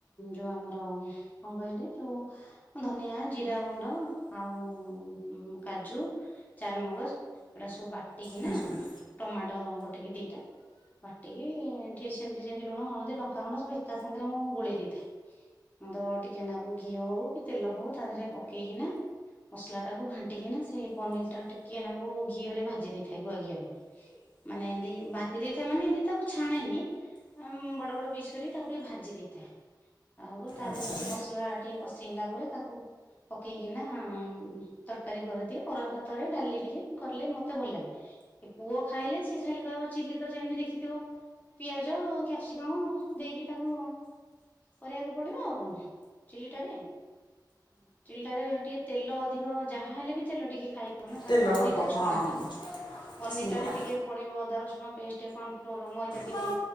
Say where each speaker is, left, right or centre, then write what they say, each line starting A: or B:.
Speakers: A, on the left; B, on the left.
A: ଯୋଉ ଆମର କଣ କହିଲେ ଯୋଉ। ଧନିଆ, ଜିରା ଗୁଣ୍ଡ ଆଉ କାଜୁ ଚାରମଗଜ୍ ଏଇଟା ସବୁ ବାଟିକି
B: ହୁଁ
A: ନା
B: ହୁଁ
A: ଟମାଟୋ ଗୋଟେ କି ଦିଟା ବାଟିକି କି ସେମିତି ଯେମିତି ଲୁଣ, ହଳଦୀ, ଲଙ୍କାଗୁଣ୍ଡ ସବୁ ଏକା ସାଙ୍ଗାରେ ମୁଁ ଗୋଳେଇ ଦେଇଥାଏ। ତ ଟିକେ ନାକୁ ଘିଅ ହଉ କି ତେଲ ହଉ ତା ଦେହରେ ପକେଇକିନା ମସଲା ଟାକୁ ଘା ବଟିକିନା ସେ ପନିର୍ ଟା ଟିକିଏ ନାକୁ ଘିଅରେ ଭାଜି ଦେଇଥାଏ ଗୁଆ ଘିଅରେ ମାନେ ଏମ୍ତି ଭାଜି ଦେଇଥାଏ ମାନେ ଏମିତି ତାକୁ ଛାଣେନି ବଡ ବଡ ପିସ୍ କରି ତାକୁ ଟିକେ ଭାଜି ଦେଇଥାଏ ଆଉ ତା
B: ଆଚ୍ଛା
A: ଦେହେରେ ସେଇ ମସ୍ଲା ଟିକେ କଷେଇ ହେଲା ପରେ ତାକୁ ପକେଇକିନା ତର୍କାରୀ କରିଦିଏ ଗରମ୍ ଭାତରେ ଡାଲି ଟିକେ କଲେ ମତେ ଭଲ୍ ଲାଗେ ଏ ପୁଅ ଖାଇଲେ ସିଏ ଖାଲି କହିବ ଚିଲି ତ ଯେମିତି ଦେଖିଥିବ ପିଆଜ, କ୍ୟାପ୍ସିକମ୍ ଦେଇକି ତାକୁ କରିବାକୁ ପଡିବ ଆଉ କଣ। ଚିଲିଟାରେ ଚିଲିଟାରେ ଟିକେ ତେଲ ଅଧିକ ଯାହା ହେଲେ ବି ତେଲ ଟିକେ ଖାଇ ହ ନା କାରଣ
B: ତେଲ
A: ପନିର୍
B: ହବ
A: ଟା
B: ହଁ
A: ଛଣା ହବ ପନିର୍
B: ସେଇଆ।
A: ଟାରେ ଟିକେ ପଡିବ ଅଦା ରସୁଣ ପେଷ୍ଟେ ଙ୍କଫ୍ଲୋର୍, ମଇଦା ଟିକେ
B: ହୁଁ।